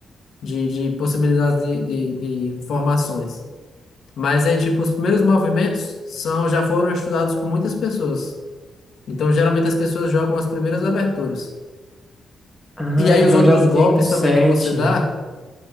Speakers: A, on the left; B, in the centre.
A: de, de possibilidades de, de de formações. Mas aí, tipo, os primeiros movimentos são já foram estudados por muitas pessoas. Então, geralmente as pessoas jogam as primeiras aberturas.
B: Ah,
A: E aí
B: então
A: os outros
B: já tem
A: golpes
B: um set.
A: também que você dá,